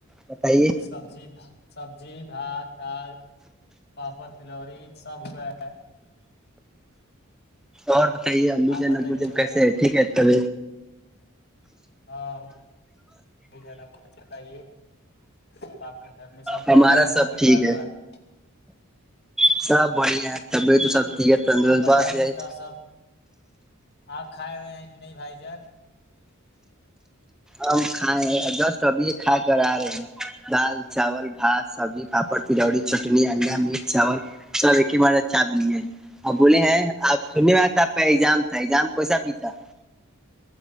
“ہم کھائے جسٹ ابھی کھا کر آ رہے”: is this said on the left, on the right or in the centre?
Centre